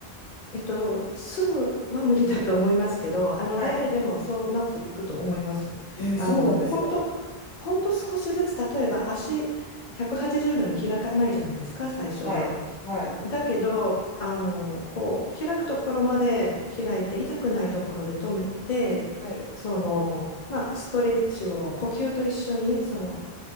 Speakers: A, on the left; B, on the left.
A: えっと、すぐは無理だと思いますけど、<laughs> あの誰でもそうなっていくと思います。
B: はい。えー、
A: あの本当、
B: そうなんですか。
A: 本当少しずつ、例えば足180度に開かないじゃないですか、最初は。
B: はい。はい。
A: だけど、あのこう開くところまで開いて、痛くないところで止めて、
B: はい。
A: その、まあ、ストレッチを呼吸と一緒にその